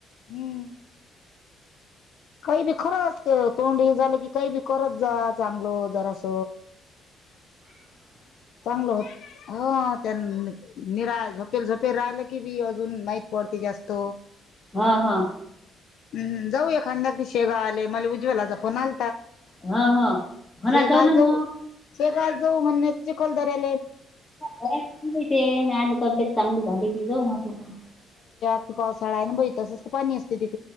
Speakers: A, on the left; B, on the left.
A: हम्म. काही बी खरं असत तोंड हे झालं की काही बी करत जा चांगल जरास.
B: <inaudible>
A: चांगलं होत. हो त्यां निरा झोपेल झोपेल राहिलं की बी अजून माहीत पडते जास्त.
B: हा, हा.
A: हम् जाऊ एखाद्या <unintelligible> शेगांवले मला उज्वला चा फोन आल
B: हो हो हो ना
A: शेगांवला
B: ना
A: जाऊ
B: मग
A: शेगांवला जाऊ म्हणे <unintelligible> चिखलदऱ्यात
B: <unintelligible> ते म्या म्हटलं तब्येत चांगली झाली की जाऊ म्हटलं मग.
A: किती पावसाळ्या हाय बाई तसंच पाणी असतं तिक